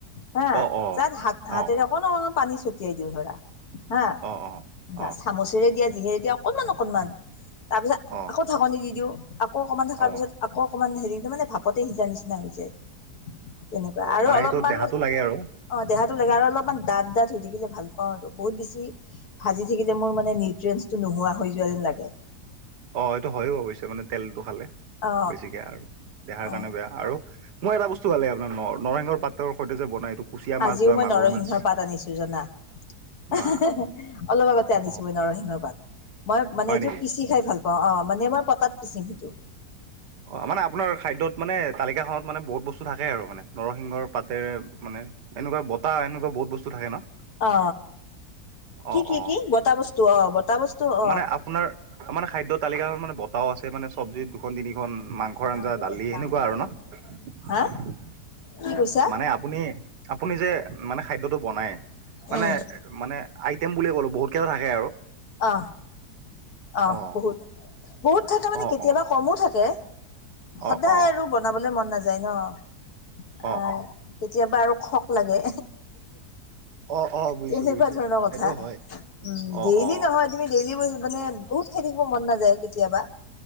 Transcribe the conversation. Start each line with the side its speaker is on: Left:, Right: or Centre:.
Left: হা
Right: অ', অ',
Left: তাত হাত হাতেৰে
Right: অ', অ',
Left: অকণ অকমান পানী ছটিয়াই দিওঁ ধৰা। হা,
Right: অ', অ',
Left: বা
Right: অ',
Left: চামুচেৰে দিয়া যিহেৰে দিয়া অকনমান অকনমান। তাৰ পিছত
Right: অ',
Left: আকৌ ঢাকনি দি দিওঁ, আকৌ অকমান থকা
Right: অ',
Left: পিছত
Right: অ',
Left: আকৌ অকণমান হেৰিটো মানে ভাপতে সিজা নিচিনা হৈ যায়। তেনেকুৱা, আৰু
Right: মানে
Left: অলপমান
Right: এইটো দেহাটো লাগে আৰু
Left: অ দেহাতো লাগে আৰু অলপমান দাঁঠ দাঁঠ জুই থাকিলে ভাল পাওঁ আৰু বহুত বেছি ভাজি থাকিলে মোৰ মানে নিউট্ৰিয়েনটো নোহোৱা হৈ যোৱা যেন লাগে।
Right: অ' এইটো হয়ো অৱশ্যে মানে তেলটো খালে
Left: অ
Right: বেছিকে আৰু দেহাৰ
Left: অ
Right: কাৰণে বেয়া আৰু। মই এটা বস্তু ভাল লাগে আপোনাৰ নৰ নৰসিংহ পাতৰ সৈতে যে বনাই এইটো কুচিয়া মাছ
Left: আজিও
Right: বা
Left: মই
Right: মাগুৰ
Left: নৰসিংহৰ
Right: মাছ
Left: পাত আনিছো জানা? অলপ
Right: বা
Left: আগতে আনিছো
Right: অ',
Left: মই নৰসিংহ পাত। মই মানে
Right: হয়
Left: এইটো
Right: নেকি
Left: পিচি খাই ভাল পাওঁ, অ' মানে মই পতাত পিচিম সেইটো।
Right: অ' মানে আপোনাৰ খাদ্যত মানে তালিকা খনত মানে বহুত বস্তু থাকে আৰু মানে। নৰসিংহৰ পাতেৰে মনে এনেকুৱা বতা এনেকুৱা বহুত বস্তু থাকে ন?
Left: অ কি,
Right: অ
Left: কি,
Right: অ
Left: কি? বতাহ বস্তু, অ' বতাহ বস্তু। অ
Right: মানে আপোনাৰ মানে খাদ্য তালিকাখন মানে বতাও আছে মানে, চব্জি দুখন তিনি মাংসৰ
Left: ডাঙৰকে
Right: আঞ্জা, দালি
Left: দিয়া ডাঙৰকে
Right: সেনেকুৱা
Left: দিয়া
Right: আৰু ন'।
Left: হা কি কৈছা
Right: মানে আপুনি, আপুনি যে মানে খাদ্যটো বনাই, মানে
Left: উম
Right: মানে েমুলিয় ক'ো <unintelligible> বহুতকেইটা থাকে
Left: আহ, আহ
Right: অ
Left: বহুত, বহুত থাকে মানে,
Right: অ
Left: কেতিয়াবা
Right: অ
Left: কমো থাকে। সদায়
Right: অ অ
Left: আৰু বনাবলে মন নাযায় ন',
Right: অ
Left: আহ কেতিয়াবা আৰু শক লাগে।
Right: অ অ অ বুজিছো
Left: তেনেকুৱা
Right: বুজিছো
Left: ধৰণৰ কথা,
Right: সেইটো হয়
Left: উম,
Right: অ
Left: ডেইলি
Right: অ
Left: নহয় তুমি ডেইলি মানে, বহুত খাই থাকিব মন নাযায় কেতিয়াবা।